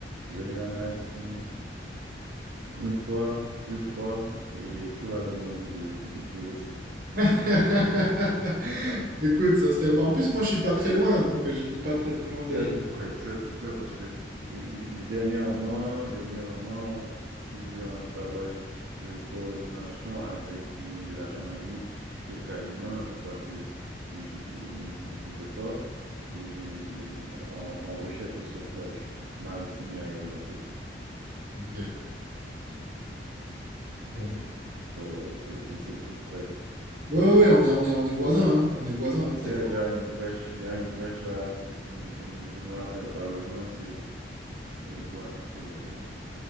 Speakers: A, on the right; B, on the right.
A: venir en Haïti, une fois, deux fois, et tu vas demander de, de- de rester.
B: <laughs>
A: Yeah.
B: Écoute, ça serait... bah, en plus, moi, je suis pas très loin, donc euh, je vis pas très très loin d'Haïti.
A: Tu es tout prêt, tu es tout prêt parce que et, et- et dernièrement, dernièrement, on faisait un travail de coordination avec et, la Jamaïque et le Caïman, je crois que et, et- et le Mexique ne faisait pas, et, et en, en recherche et sauvetage maritime et aéronautique.
B: Ok, bon.
A: So, c'est c'est- c'est tout prêt.
B: Ouais, ouais, on est, on est, on est voisins, hein. On est voisins, hein, très
A: Il y a il y a une brèche, il y a une brèche là qui, qui- je, ne je ne me rappelle pas le nom, c'est Et Gua- et-